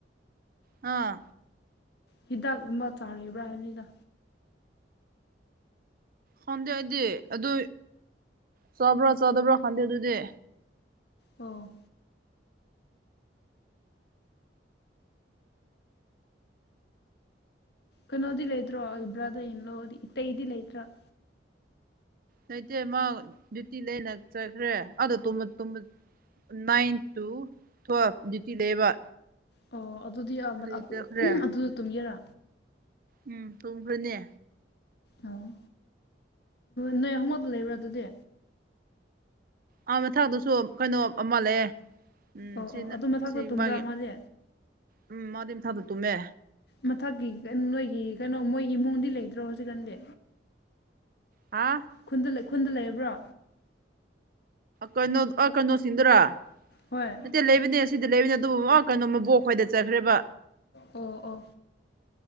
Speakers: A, on the right; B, on the left.
A: ꯑꯥ
B: ꯍꯤꯗꯥꯛꯀꯨꯝꯕ ꯆꯥꯔꯤꯕ꯭ꯔꯥ ꯍꯥꯏꯕꯅꯤꯗ
A: ꯈꯪꯗꯦ ꯑꯩꯗꯤ ꯑꯗꯨ ꯆꯥꯕ꯭ꯔꯣ ꯆꯥꯗꯕ꯭ꯔꯣ ꯈꯪꯗꯦ ꯑꯗꯨꯗꯤ꯫
B: ꯑꯣ ꯀꯩꯅꯣꯗꯤ ꯂꯩꯗ꯭ꯔꯣ ꯏꯕ꯭ꯔꯥꯗ ꯏꯜꯂꯣꯗꯤ ꯏꯇꯩꯩꯗꯤ ꯂꯩꯇ꯭ꯔꯥ꯫
A: ꯂꯩꯇꯦ ꯃꯥ ꯗꯌꯨꯇꯤ ꯂꯩꯅ ꯆꯠꯈ꯭ꯔꯦ ꯑꯥꯗ <unintelligible> ꯅꯏꯟ ꯇꯨ ꯇꯨꯌꯦꯞ ꯗ꯭ꯌꯨꯇꯤ ꯂꯩꯌꯦꯕ꯫
B: ꯑꯣ ꯑꯗꯨꯗꯤ
A: ꯑꯗꯨꯒꯤ ꯆꯠꯈ꯭ꯔꯦ
B: ꯑꯗꯨꯗ ꯇꯨꯝꯒꯦꯔꯥ꯫
A: ꯎꯝ ꯇꯣꯡꯈ꯭ꯔꯅꯦ꯫
B: ꯑꯣ ꯅꯣꯏ ꯑꯍꯨꯝꯃꯛ ꯂꯩꯕ꯭ꯔꯥ ꯑꯗꯨꯗꯤ
A: ꯑꯥ ꯃꯊꯛꯇꯁꯨ ꯀꯩꯅꯣ ꯑꯃ ꯂꯩꯌꯦ꯫ ꯎꯝ
B: ꯑꯣ
A: ꯁꯤꯅ
B: ꯑꯣ ꯑꯗꯨ ꯃꯊꯛꯇ
A: ꯁꯤ
B: ꯇꯨꯝꯕ꯭ꯔꯥ
A: ꯃꯥꯒꯤ
B: ꯃꯥꯗꯤ꯫
A: ꯎꯝ ꯃꯥꯗꯤ ꯃꯊꯟꯗ ꯇꯨꯝꯃꯦ꯫
B: ꯃꯊꯛꯀꯤ ꯅꯣꯏꯒꯤ ꯀꯩꯅꯣ ꯃꯣꯏ ꯏꯃꯨꯡꯗꯤ ꯂꯩꯗ꯭ꯔꯣ ꯍꯧꯖꯤꯛꯀꯥꯟꯗꯤ꯫
A: ꯍꯥꯥ
B: ꯈꯨꯟꯗ ꯈꯨꯟꯗ ꯂꯩꯔꯕ꯭ꯔꯣ꯫
A: ꯀꯩꯅꯣ ꯀꯩꯅꯣꯁꯤꯡꯗꯨꯔꯥ
B: ꯍꯣꯏ
A: ꯅꯠꯇꯦ ꯂꯩꯕꯅꯦ ꯁꯤꯗꯤ ꯂꯩꯕꯅꯦ ꯑꯗꯨꯕꯨ ꯀꯩꯅꯣ ꯃꯕꯣꯛ ꯍꯣꯏꯗ ꯆꯠꯈ꯭ꯔꯦꯕ
B: ꯑꯣ ꯑꯣ